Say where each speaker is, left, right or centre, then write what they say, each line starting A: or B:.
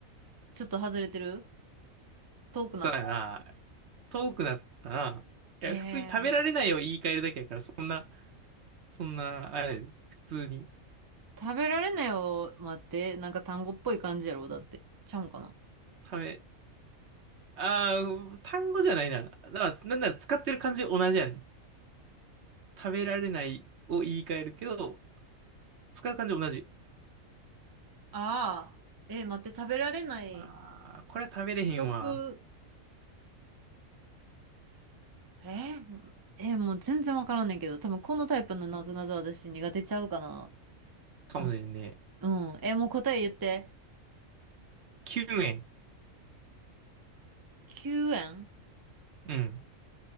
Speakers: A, on the right; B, on the right.
A: ちょっと外れてる遠くなった。
B: そうやな。遠くなったな。
A: え
B: いや、普通に食べられないを言い換えるだけやから、
A: ー、
B: そんな、そんな、あれやで、普通に。
A: 食べられないを待って、なんか単語っぽい感じやろ、だって。ちゃうんかな。
B: 食べ、ああ、単語じゃないな。だから、なんなら使ってる感じ同じやねん。食べられないを言い換えるけど、使う感じ同じ。
A: ああ、えー、待って、食べられない、
B: ああ、これ食べれへんわ。
A: 食、えー、えー、もう全然わからんねんけど、多分このタイプのなぞなぞ私苦手ちゃうかな。
B: かもしれんね。
A: ま、うん。えー、もう答え言って。
B: 9円。
A: 救援
B: うん。